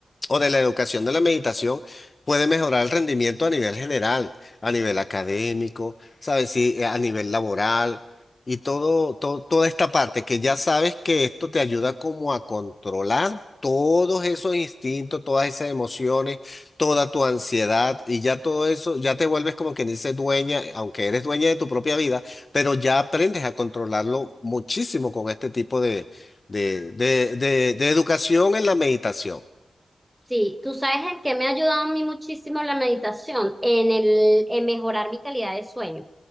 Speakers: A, on the left (about 35°); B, in the centre.
A: o de la educación de la meditación puede mejorar el rendimiento a nivel general, a nivel académico, ¿sabes? Sí, eh, a nivel laboral y todo, todo, toda esta parte que ya sabes que esto te ayuda como a controlar todos esos instintos, todas esas emociones, toda tu ansiedad y ya todo eso, ya te vuelves como quien dice dueña, aunque eres dueña de tu propia vida, pero ya aprendes a controlarlo muchísimo con este tipo de, de, de de- de educación en la meditación.
B: Sí, tú sabes el que me ha ayudado a mí muchísimo la meditación en el, en mejorar mi calidad de sueño.